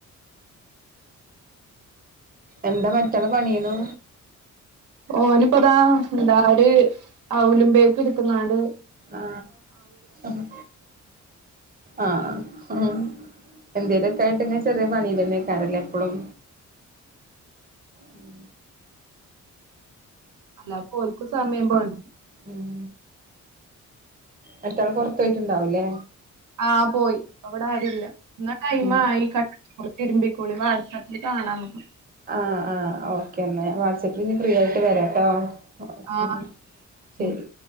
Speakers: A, on the right; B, on the right.
A: എന്താ മറ്റളെപണീന്നു
B: ഓനിപ്പ ഇതാ എന്താഒര് ഔലും പേക്ക് ഇട്ത്ത്ങ്ങാണ്ട്
A: ആ ഹ് ആഹ് എന്തേലു ഒക്കെ ആയിട്ട് ഇങ്ങനെ ചെറിയ പണി തന്നേക്കാറല്ലേ എപ്പഴും ഉം
B: അല്ല ഓല്ക്ക് സമയം പോണ്ടേ.
A: ഉം മറ്റാള് പൊറ്ത്തു പോയിട്ടുണ്ടാവുല്ലേ.
B: ആഹ് പോയി ഇവിടെ ആരുല്ല. എന്നാ ടൈംആയി
A: ഉം
B: കട്ടാ തിരുമ്പിക്കോളി വാട്സാപ്പിൽ കാണാം നമ്മക്ക്.
A: ആഹ് ആഹ് ഓക്കെ എന്നാ വാട്സ് ആപ്പിൽ ഇനി ഫ്രീ ആയിട്ട് വരാട്ടോ. ഓക്കെ
B: ആ
A: എന്നാൽ ശരി.
B: ഉം.